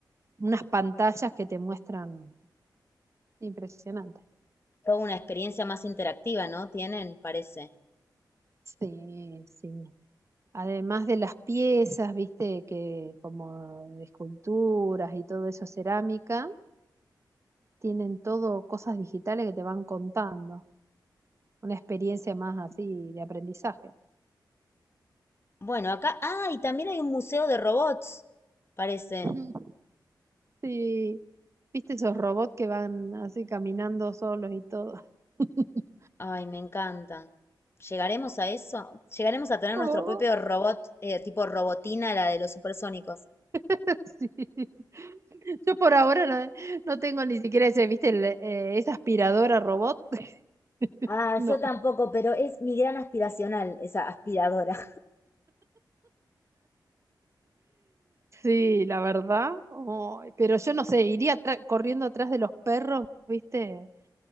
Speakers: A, on the right (about 35°); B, on the left (about 30°).
A: unas pantallas que te muestran. Impresionante.
B: Toda una experiencia más interactiva, ¿no? Tienen, parece.
A: Sí, sí. Además de las piezas, ¿viste? Que como de esculturas y todo eso, cerámica, tienen todo cosas digitales que te van contando. Una experiencia más así de aprendizaje.
B: Bueno, acá, ah, y también hay un museo de robots, parece.
A: Mm. Sí, viste esos robots que van así caminando solos y todo. <laughs>
B: Ay, me encanta. ¿Llegaremos a eso? ¿Llegaremos a tener nuestro
A: Oh,
B: propio robot, eh, tipo robotina, la de los supersónicos?
A: <laughs> sí. Yo por ahora no, no tengo ni siquiera ese, viste, el, eh, esa aspiradora robot. <laughs>
B: Ah,
A: No.
B: yo tampoco, pero es mi gran aspiracional, esa aspiradora.
A: Sí, la verdad. Ay, pero yo no sé, iría atra- corriendo atrás de los perros, viste.